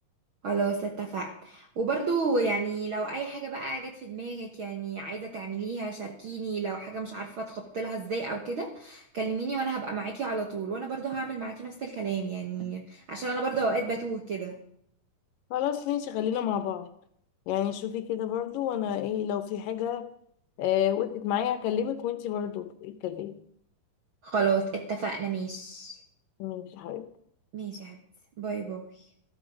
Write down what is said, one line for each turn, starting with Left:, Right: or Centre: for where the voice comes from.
Right: خلاص اتفقنا وبرضو يعني لو اي حاجة بقى جت في دماغك يعني عايزة تعمليها شاركيني لو حاجة مش عارفة تخطط لها ازاي او كده كلميني وانا هبقى معاكي على طول وانا برضو هعمل معاكي نفس الكلام يعني عشان انا برضو اوقات بتوه كده
Left: خلاص ماشي خلينا مع بعض يعني شوفي كده برضو وانا ايه لو في حاجة آه وقفت معايا هكلمك وانتي برضو اتكلمي
Right: خلاص اتفقنا ماشي
Left: ماشي يا حبيبتي
Right: ماشي يا حبيبتي باي باي